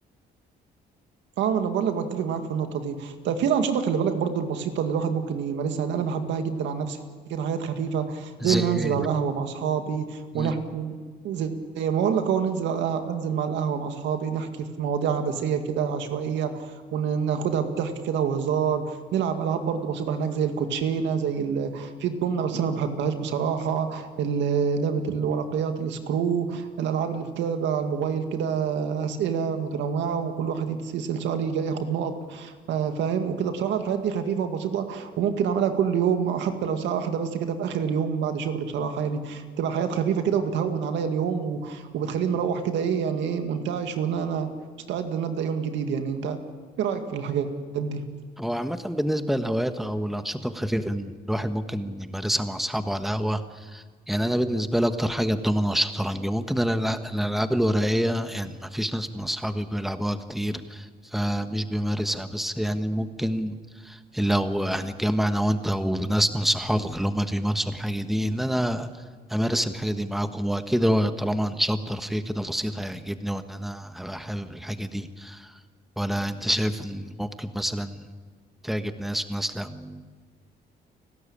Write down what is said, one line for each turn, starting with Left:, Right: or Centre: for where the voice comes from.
Right: اه ما انا بقول لك متفق معاك في النقطه دي طيب في الانشطه خلي بالك برضو البسيطه اللي الواحد ممكن يمارسها يعني انا بحبها جدا عن نفسي كده حاجات خفيفه
Centre: زي
Right: زي ان انزل
Centre: ايه
Right: على القهوه مع اصحابي
Centre: مم.
Right: ونحكي زي زي ما اقول لك اهو ننزل على القهوة انزل مع القهوه مع اصحابي نحكي في مواضيع عبثيه كده عشوائيه وناخدها بضحك كده وهزار نلعب العاب برضو بسيطه هناك زي الكوتشينه زي ال... في الضمنه بس انا ما بحبهاش بصراحه ال- لعبه الورقيات السكرو الالعاب اللي بتلعب على الموبايل كده آه، اسئله متنوعه وكل واحد يتسال سؤال يجي- ياخد نقط آه، فاهم وكده بصراحه الحاجات دي خفيفه وبسيطه وممكن اعملها كل يوم حتى لو ساعه واحده بس كده في اخر اليوم بعد شغل بصراحه يعني بتبقى حاجات خفيفه كده وبتهون عليا اليوم و- وبتخليني مروح كده ايه يعني ايه منتعش وان انا مستعد ان ابدا يوم جديد يعني انت ايه رايك في الحاجات دي
Centre: هو عامه بالنسبه للهوايات او الانشطه الخفيفه إن الواحد ممكن يمارسها مع اصحابه على القهوه يعني انا بالنسبه لي اكتر حاجه الدومينو والشطرنج ممكن الألع- الالعاب الورقيه يعني ما فيش ناس من اصحابي بيلعبوها كتير فمش بيمارسها بس يعني ممكن لو هنتجمع انا وانت وناس من صحابك اللي هم بيمارسوا الحاجه دي ان انا امارس الحاجه دي معاكم واكيد هو طالما هنشطر فيه كده بسيط هيعجبني وان انا هبقى حابب الحاجه دي ولا انت شايف ان ممكن مثلا تعجب ناس وناس لا مم.